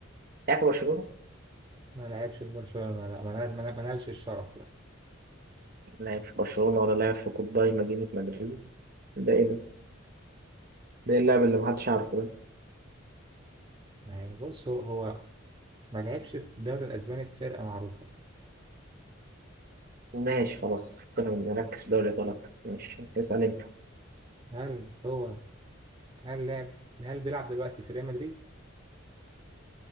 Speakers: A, on the right; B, on the right.
A: لعب في برشلونة
B: ما لعبش في برشلونة لا ما نال- ما نال- ما نالش الشرف لا
A: لعب في برشلونة ولا لعب في قطبي مدينة مدريد ده ايه ده ده إيه اللاعب اللي محدش عارفه ده
B: يعني بص هو هو ما لعبش في الدوري الأسباني في فرقة معروفة يعني
A: ماشي خلاص فكنا من- نركز في دوري الأبطال أكتر ماشي اسأل أنت
B: هل هو هل لعب هل بيلعب دلوقتي في ريال مدريد؟